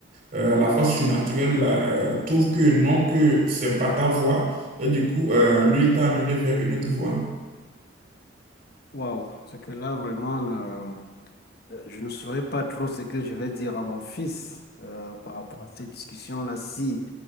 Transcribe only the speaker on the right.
euh, la force surnaturelle euh, trouve que non, que c'est pas ta voie et du coup, euh, lui t'a amené vers une autre voie.